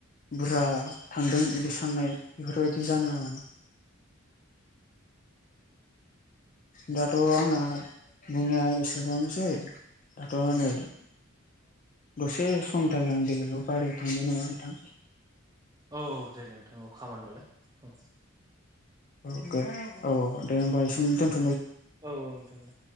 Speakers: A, on the left; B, on the right.
A: बुरजा थांदों इदि साननाय इफोरबायदि जानाङा माने। दा त' आंना बुंनाया इसेबांनोसै दाथ' नै दसे समनि थाखाय आं बेलेगाव बाहेरायाव थांनो नामा नोंथां?
B: औ औ दे नोंथां औ खामानि मावलाय औ।
A: अके औ औ दे होमबा एसेनो दोनथ'
B: औ औ दोन दे।